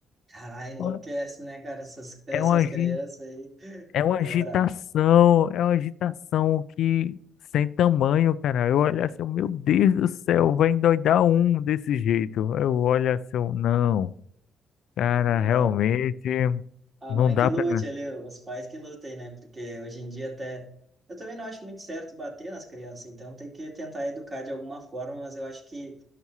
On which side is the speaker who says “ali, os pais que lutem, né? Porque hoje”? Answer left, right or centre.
Right